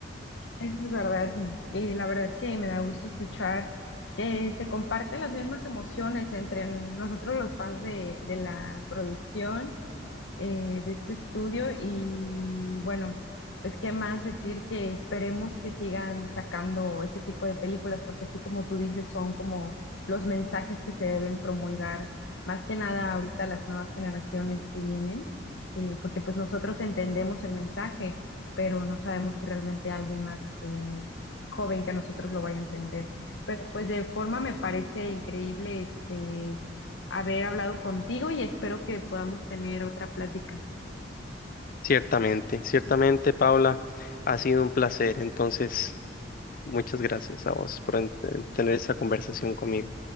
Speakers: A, on the left; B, on the left.
A: Eso es verdad, y y la verdad que me da gusto escuchar que se comparten las mismas emociones entre nosotros los fans de, de la producción eh, de este estudio y bueno, pues qué más decir que esperemos que sigan sacando ese tipo de películas porque así como tú dices son como los mensajes que se deben promulgar más que nada ahorita las nuevas generaciones que vienen eh, porque pues nosotros entendemos el mensaje pero no sabemos si realmente alguien más eh, joven que nosotros lo vaya a entender. Pero pues de forma me parece increíble este haber hablado contigo y espero que podamos tener otra plática.
B: Ciertamente, ciertamente, Paula, ha sido un placer. Entonces, muchas gracias a vos por en- tener esta conversación conmigo.